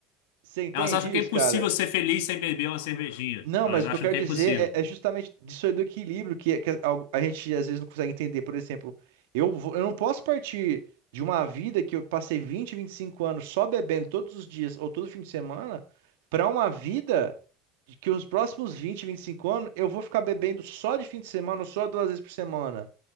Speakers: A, on the right; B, on the left.
A: Você entende
B: elas acham que
A: isso,
B: é impossível
A: cara?
B: ser feliz sem beber uma cervejinha.
A: Não,
B: Elas
A: mas o
B: acham
A: que eu quero
B: que
A: dizer
B: é impossível.
A: é, é justamente disso aí do equilíbrio que, que a, a gente às vezes não consegue entender. Por exemplo, eu, vou- eu não posso partir de uma vida que eu passei vinte, vinte e cinco anos só bebendo todos os dias ou todo fim de semana para uma vida de que os próximos vinte, vinte e cinco anos eu vou ficar bebendo só de fim de semana ou só duas vezes por semana.